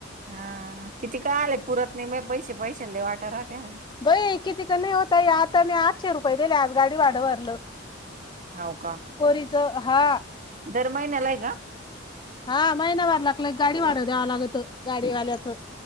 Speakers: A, on the right; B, on the left.
A: हा, किती काय आले पुरत नाही म पैसे पैशाले वाटा राहत्या.
B: बई की तिकडे नाही होत आज तर मी आठशे रुपये दिले, गाडी भाडं भरलं.
A: होव का?
B: पोरीचं, हा
A: दर महिन्याला आहे का?
B: हा महिना भरला की लगी गाडी भाडं द्यावं लागतं, गाडीवाल्याचं.